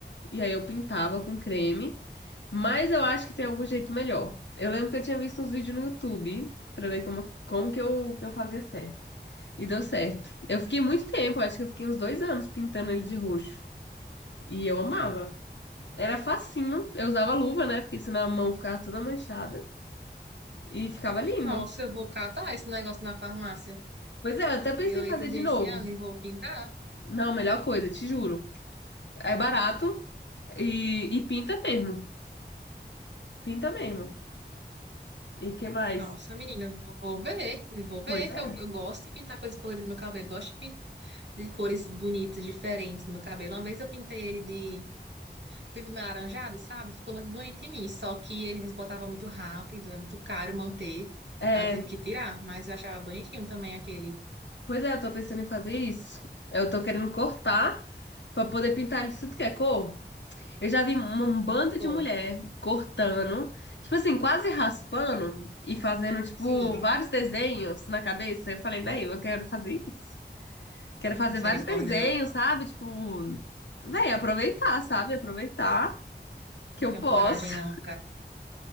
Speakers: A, on the left; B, on the right.
A: e aí eu pintava com creme, Mas eu acho que tem algum jeito melhor. Eu lembro que eu tinha visto uns vídeos no YouTube pra ver como, como que eu, que eu fazia certo. E deu certo. Eu fiquei muito tempo, acho que eu fiquei uns dois anos pintando ele de roxo. E eu amava. Era facinho. Eu usava luva, né? Porque senão a mão ficava toda manchada. E ficava lindo.
B: Nossa, eu vou catar esse negócio na farmácia.
A: Pois é, eu até pensei
B: Violeta
A: em fazer de
B: genciana
A: novo.
B: e vou pintar.
A: Não, melhor coisa, te juro. É barato e, e pinta mesmo. Pinta mesmo. E que mais?
B: Nossa, menina, eu vou vou ver. eu Vou ver
A: Pois
B: que
A: é.
B: eu, eu gosto de pintar coisas coloridas no meu cabelo. Eu Gosto de, pin- de cores bonitas, diferentes no meu cabelo. Uma vez eu pintei ele de vivo meio alaranjado, sabe? Ficou muito bonito em mim. Só que ele desbotava muito rápido, é muito caro manter.
A: É,
B: Aí Eu tive que tirar, mas eu achava bonitinho também aquele.
A: Pois é, eu tô pensando em fazer isso. Eu tô querendo cortar pra poder pintar ele de tudo que é cor. Eu já vi um, um bando
B: E ficou.
A: de mulher cortando, tipo assim, quase raspando e fazendo, tipo,
B: Sim,
A: vários desenhos na cabeça. Eu falei, velho, eu quero fazer isso. Quero fazer
B: misericórdia,
A: vários desenhos,
B: não.
A: sabe? Tipo, velho, aproveitar, sabe? Aproveitar que
B: Não
A: eu
B: tenho
A: posso.
B: coragem, não,